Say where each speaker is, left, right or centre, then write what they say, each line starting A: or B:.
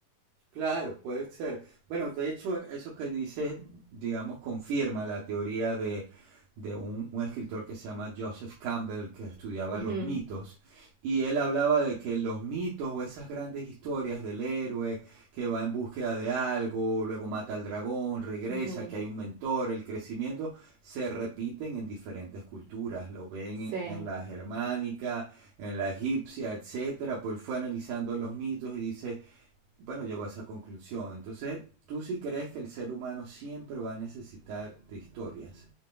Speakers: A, on the right; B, on the right.
A: Claro, puede ser. Bueno, de hecho, eso que dices, digamos, confirma la teoría de, de un, un escritor que se llama Joseph Campbell, que estudiaba
B: Uh
A: los
B: -huh,
A: mitos, y él hablaba de que los mitos o esas grandes historias del héroe que va en búsqueda de algo, luego mata al dragón, regresa,
B: uh -huh,
A: que hay un mentor, el crecimiento, se repiten en diferentes culturas. Lo ven en,
B: sí.
A: en la germánica, en la egipcia, etcétera. Pues él fue analizando los mitos y dice, bueno, llegó a esa conclusión. Entonces, tú sí crees que el ser humano siempre va a necesitar de historias.